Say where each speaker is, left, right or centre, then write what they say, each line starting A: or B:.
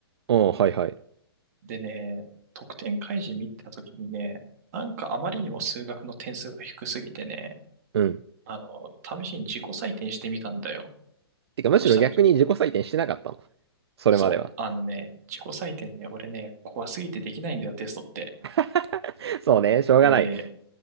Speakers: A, on the right; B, on the right.
A: おー、はいはい。
B: でね、得点開示見た時にね、なんかあまりにも数学の点数が低すぎてね、
A: うん。
B: あの、試しに自己採点してみたんだよ。
A: てか、むしろ逆に自己採点してなかったの。
B: そしたら
A: それまでは。
B: そう。あのね、自己採点ね、俺ね、怖すぎてできないんだよ、テストって。
A: <laughs> そうね、しょうがない。
B: で、